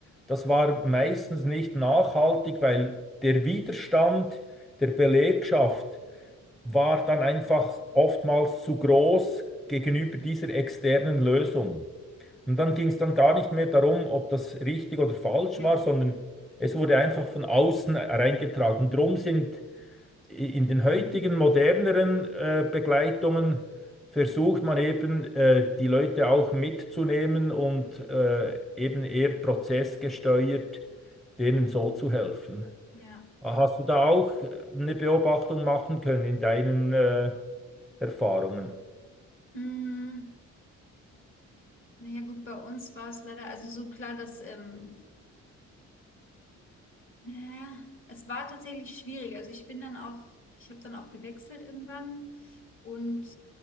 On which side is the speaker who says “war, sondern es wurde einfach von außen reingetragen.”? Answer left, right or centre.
Centre